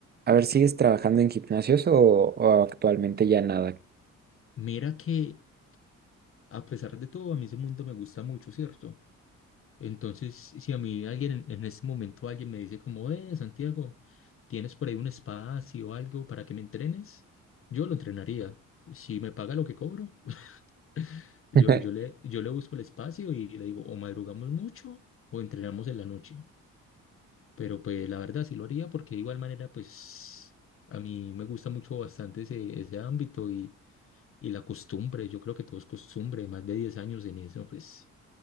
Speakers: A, on the right (about 35°); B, on the left (about 45°).
A: a ver, ¿sigues trabajando en gimnasios o, o actualmente ya nada?
B: mira que a pesar de todo, a mí ese mundo me gusta mucho, ¿cierto? Entonces, si si a mí alguien en, en este momento alguien me dice como, eh, Santiago, ¿tienes por ahí un espacio o algo para que me entrenes? Yo lo entrenaría. Si me paga lo que cobro, <laughs> yo,
A: <laughs>
B: yo le, yo le busco el espacio y le digo, o madrugamos mucho o entrenamos en la noche. Pero pues la verdad sí lo haría porque de igual manera pues a mí me gusta mucho bastante ese, ese ámbito y la costumbre, yo creo que todo es costumbre, más de 10 años en eso, pues